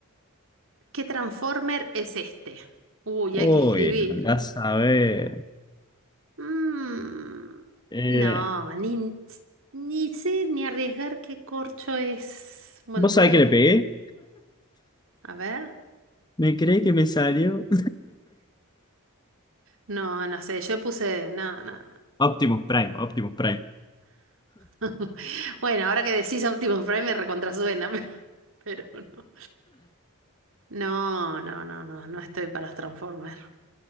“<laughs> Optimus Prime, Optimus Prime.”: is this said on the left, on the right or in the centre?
Left